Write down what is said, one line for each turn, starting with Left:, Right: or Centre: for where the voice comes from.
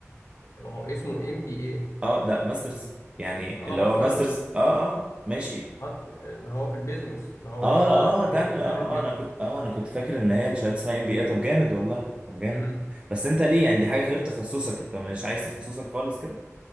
Left: ما هو اسمه ام بي اي
Right: اه ده ماسترز يعني
Left: اه
Right: اللي
Left: ماسترز
Right: هو ماسترز
Left: اه
Right: اه اه ماشي
Left: ماست- اللي هو في البيزنس اللي هو
Right: اه
Left: بيزنس
Right: اه تعمل اه
Left: مانجمنت
Right: اه انا كنت اه انا كنت فاكر ان هي الشهاده اسمها ام بي اي طب جامد والله طب جامد
Left: امم
Right: بس انت ليه يعني دي حاجه غير تخصصك انت مش عايز تخصصك خالص كده